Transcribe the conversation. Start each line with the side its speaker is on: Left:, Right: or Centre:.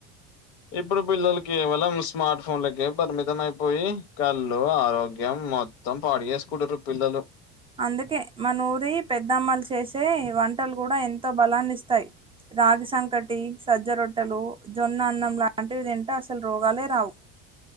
Left: ఇప్పుడు పిల్లలు కేవలం స్మార్ట్ ఫోన్లకే పరిమితం అయిపోయి కళ్ళు ఆరోగ్యం మొత్తం పాడు చేసుకుంటురు పిల్లలు
Right: అందుకే మనూరి పెద్దమ్మలు చేసే వంటలు గూడా ఎంతో బలాన్నిస్తాయి రాగి సంకటి సజ్జ రొట్టెలు జొన్న అన్నం లాంటివి తింటే అసలు రోగాలే రావు